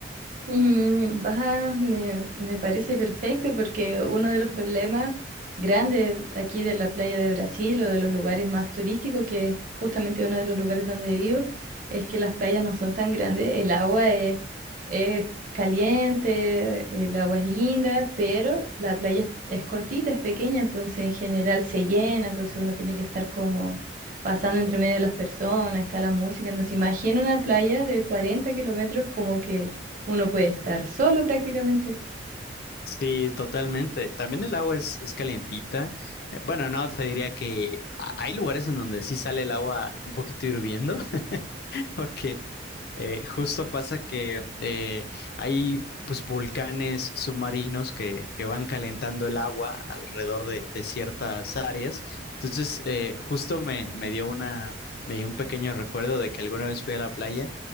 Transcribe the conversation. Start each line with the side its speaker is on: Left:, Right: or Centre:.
Right: Mm, va, me, me parece perfecto porque uno de los problemas grandes aquí de la playa de Brasil o de los lugares más turísticos, que es justamente uno de los lugares donde vivo, es que las playas no son tan grandes, el agua es, es caliente, el agua es linda, pero la playa es, es cortita, es pequeña, entonces en general se llena, entonces uno tiene que estar como pasando entre medio de las personas, está la música, entonces imagina una playa de 40 kilómetros como que uno puede estar solo prácticamente.
Left: Sí, totalmente. También el agua es, es calentita. Eh, Bueno, no, te diría que a- hay lugares en donde sí sale el agua un poquito hirviendo, <laughs> <laughs> porque eh, justo pasa que eh, hay pues volcanes submarinos que, que van calentando el agua alrededor de, de ciertas áreas. Entonces, eh, justo me, me dio una, me dio un pequeño recuerdo de que alguna vez fui a la playa